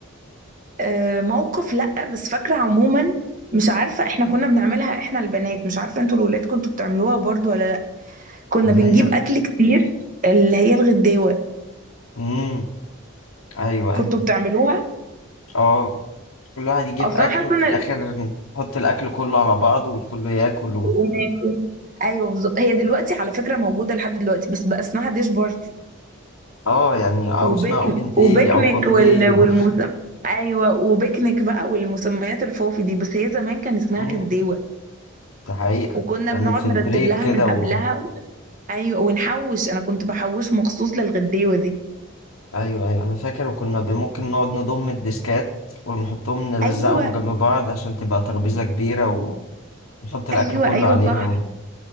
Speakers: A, on the right; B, on the left.
A: آه، موقف لأ بس فاكرة عموما مش عارفة احنا كنا بنعملها احنا البنات مش عارفة انتوا الولاد كنتوا بتعملوها برضو ولا لأ كنا
B: اللي
A: بنجيب
B: هي
A: أكل كتير اللي هي الغداوة
B: امم ايوه
A: كنتوا
B: ايوه
A: بتعملوها
B: اه كل واحد يجيب
A: أصلا
B: اكل
A: حاسة
B: وفي
A: ان ال-
B: الاخر نحط الاكل كله على بعضه والكل ياكل و...
A: وناكل ايوه بالظبط هي دلوقتي على فكرة موجودة لحد دلوقتي بس بقى اسمها ديش بارتي
B: اه يعني او
A: وبيكنيك
B: اسمها اوبن داي
A: وبيكنيك
B: او فان
A: وال...
B: داي
A: والمسم
B: و...
A: ايوه وبيكنيك بقى والمسميات الفوفي دي بس هي زمان كان اسمها
B: <laughs> مم،
A: غداوة
B: ده حقيقة
A: وكنا
B: كانت
A: بنقعد
B: في
A: نرتب
B: البريك
A: لها
B: كده
A: من قبلها
B: و...
A: ايوه ونحوش انا كنت بحوش مخصوص للغديوه دي
B: ايوه ايوه انا فاكر وكنا ب- ممكن نقعد نضم الديسكات ونحطهم نلزقهم
A: ايوه
B: جنب بعض عشان تبقى ترابيزة كبيرة ونحط الاكل
A: ايوه
B: كله
A: ايوه
B: عليها
A: صح
B: والحاجات